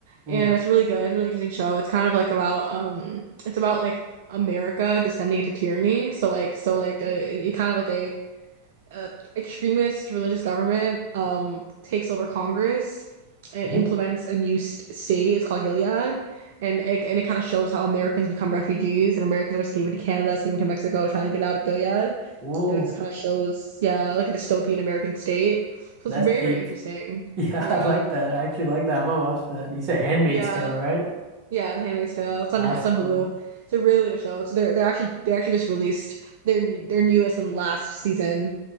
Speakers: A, on the right; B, on the right.
A: and
B: Mm.
A: it's really good it's a really interesting show it's kind of like about um it's about like America descending into tyranny so like so like uh, it it kind of like a uh, extremist religious government um takes over Congress and
B: Mm-hmm.
A: implements a new st state. It's called Gilead, and it and it kind of shows how Americans become refugees and Americans are escaping to Canada, escaping to Mexico, trying to get out of Gilead,
B: Ooh,
A: and it's kind of shows yeah like a dystopian American state. So it's
B: that's
A: very
B: deep.
A: very interesting.
B: <laughs> Yeah,
A: Yeah,
B: I like that. I actually like that. I'm gonna watch that. You said Handmaid's
A: yeah,
B: Tale, right?
A: yeah. The Handmaid's Tale. It's on
B: Awesome.
A: it's on Hulu. It's a really good show. So they're they're actually they actually just released their new- their newest and last season.